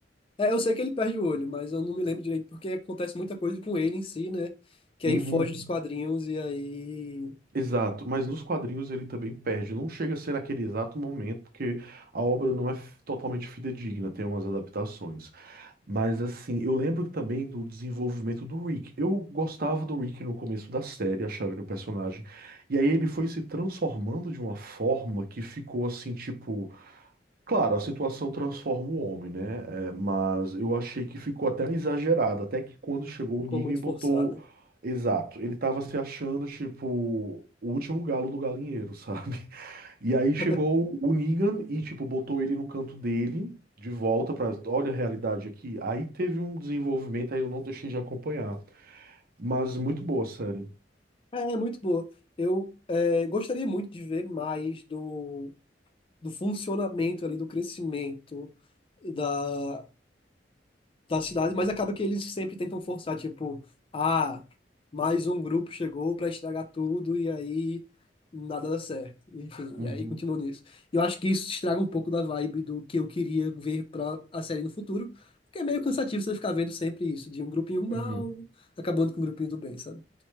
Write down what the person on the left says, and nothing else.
É, eu sei que ele perde o olho, mas eu não me lembro direito, porque acontece muita coisa com ele em si, né? Que
aí foge dos quadrinhos e aí
ficou
muito
forçado.
<laughs>
É, é muito boa. Eu é, gostaria muito de ver mais do, do funcionamento ali, do crescimento da, da cidade, mas acaba que eles sempre tentam forçar, tipo, ah, mais um grupo chegou pra estragar tudo e aí nada dá certo. Enfim,
e aí continuou nisso. E eu acho que isso estraga um pouco da vibe do que eu queria ver pra a série no futuro, porque é meio cansativo você ficar vendo sempre isso, de um grupinho mal
acabando com um grupinho do bem, sabe?